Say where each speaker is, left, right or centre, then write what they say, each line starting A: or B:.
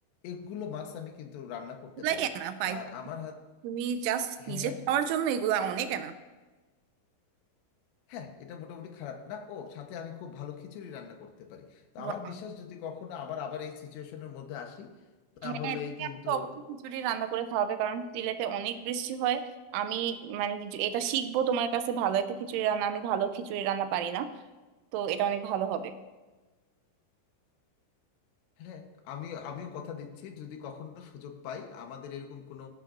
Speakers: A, on the left; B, on the right.
A: এগুলো মাছ আমি কিন্তু রান্না করতে
B: এগুলাই
A: পারি
B: এনাফ আই
A: আর আমার হাত
B: তুমি জাস্ট
A: হ্যাঁ
B: নিজে
A: হ্যাঁ
B: খাওয়ার জন্য এগুলা অনেক এনাফ
A: হ্যাঁ এটা মোটামুটি খারাপ না ও সাথে আমি খুব ভালো খিচুড়ি রান্না করতে পারি তো
B: ওয়াও
A: আমার বিশ্বাস যদি কখনো আবার আবার এই সিচুয়েশনের মধ্যে আসি তাহলে
B: হ্যাঁ তুমি
A: কিন্তু
B: আমাকে অবশ্যই খিচুড়ি রান্না করে খাওয়াবে কারণ সিলেটে অনেক বৃষ্টি হয় আমি মানে কি- এটা শিখবো তোমার কাছে ভালো একটা খিচুড়ি রান্না আমি ভালো খিচুড়ি রান্না পারি না তো এটা অনেক ভালো হবে
A: হ্যাঁ আমি আমিও কথা দিচ্ছি যদি কখনো সুযোগ পাই আমাদের এরকম কোনো